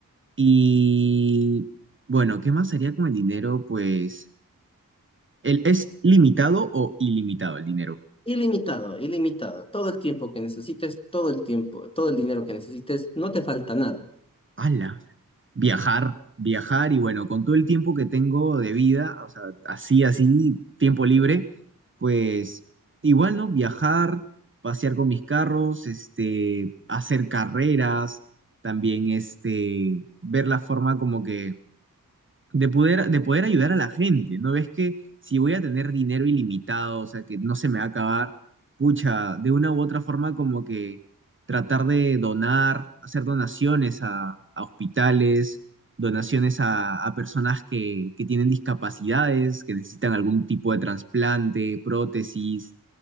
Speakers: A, on the right; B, on the left.
A: Y bueno, ¿qué más haría con el dinero? Pues, ¿el, es limitado o ilimitado el dinero?
B: Ilimitado, ilimitado. Todo el tiempo que necesites, todo el tiempo, todo el dinero que necesites, no te falta nada.
A: ¡Hala! viajar, viajar y bueno, con todo el tiempo que tengo de vida, o sea, así, así, tiempo libre, pues igual, ¿no? Viajar, pasear con mis carros, este, hacer carreras, también, este, ver la forma como que de poder, de poder ayudar a la gente, ¿no ves que si voy a tener dinero ilimitado, o sea, que no se me va a acabar, pucha, de una u otra forma como que tratar de donar, hacer donaciones a, a hospitales, donaciones a, a personas que, que tienen discapacidades, que necesitan algún tipo de trasplante, prótesis,